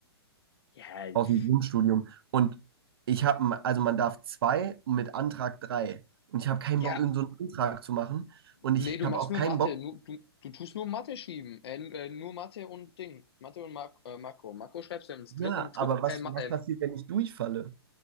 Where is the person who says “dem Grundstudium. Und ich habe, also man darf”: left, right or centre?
Right